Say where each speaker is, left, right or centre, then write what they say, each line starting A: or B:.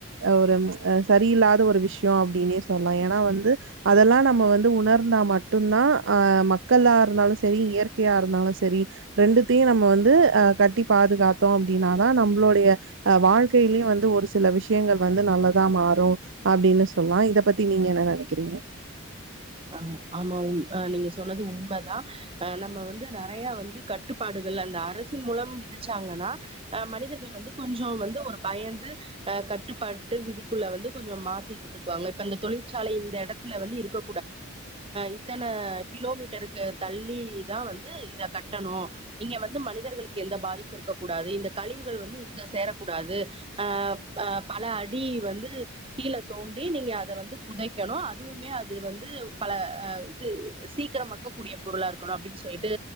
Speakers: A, on the right; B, on the right.
A: ஒரு சரியில்லாத ஒரு விஷயோஅப்படினே சொல்லலாம் ஏன்னா வந்து அதெல்லாம் நம்ம வந்து உணர்ந்தா மட்டும்தா தான் அஹ் மக்களா இருந்தாலும் சரி இயற்கையா இருந்தாலும் சரி ரெண்டுத்தையும் நம்ம வந்து அஹ் கட்டி பாதுகாத்தோம் அப்படின்னாதான் நம்மளோடைய அஹ் வாழ்க்கையிலயும் வந்து ஒரு சில விஷயங்கள் வந்து நல்லதா மாறும் அப்படின்னு சொல்லலாம் இத பத்தி நீங்க என்ன நினைக்கிறீங்க
B: ஹ் ஆமா உண் ஆஹ் நீங்க சொன்னது உண்மைதான் அஹ் நம்ம வந்து நிறைய வந்து கட்டுப்பாடுகள் அந்த அரசின் மூலம் விதிச்சாங்கன்னா அஹ் மனிதர்கள் வந்து கொஞ்சம் வந்து ஒரு பயந்து அஹ் கட்டுப்பாட்டு விதிக்குள்ள வந்து கொஞ்சம் மாத்தி இருந்துக்குவாங்க இப்ப அந்த தொழிற்சாலை இந்த இடத்துல வந்து இருக்க இத்தனை கிலோமீட்டருக்கு தள்ளி தான் வந்து இத கட்டணும் இங்க வந்து மனிதர்களுக்கு எந்த பாதிப்பு இருக்கக்க கூடாது இந்த கழிவுகள் வந்து இங்க சேரக்கூடாது அஹ்ஹ பல அடி வந்து கீழே தோண்டி நீங்க அத வந்து புதைக்கணும் அதுவுமே அது வந்து பலஹ இது சீக்கிரமாக்கக்கூடிய பொருளா இருக்கணும் அப்படின்னு சொல்லிட்டு